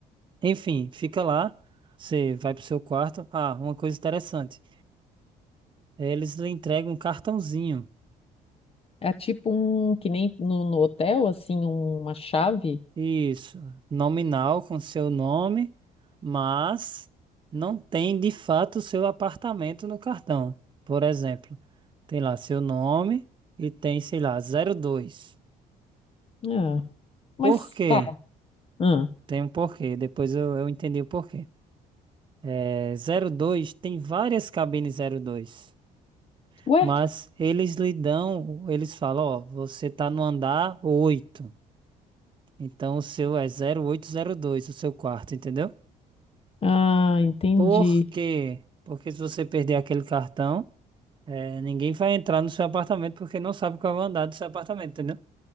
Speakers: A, on the right (about 30°); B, on the left (about 35°).
A: enfim, fica lá, você vai pro seu quarto. Ah, uma coisa interessante, é, eles lhe entregam um cartãozinho,
B: é tipo um que nem no, no hotel, assim, uma chave.
A: isso, nominal com seu nome, mas não tem de fato o seu apartamento no cartão. Por exemplo, tem lá seu nome e tem, sei lá, 02.
B: Ah, mas
A: Por quê?
B: tá. Ah.
A: Tem um porquê. Depois eu, eu entendi o porquê. É, zero dois tem várias cabines zero dois
B: Ué?
A: mas eles lhe dão, eles falam, ó, você tá no andar oito então o seu é zero zero oito zero dois o seu quarto, entendeu?
B: Ah, entendi.
A: Por quê? Porque se você perder aquele cartão, é, ninguém vai entrar no seu apartamento porque não sabe qual é o andar do seu apartamento, entendeu?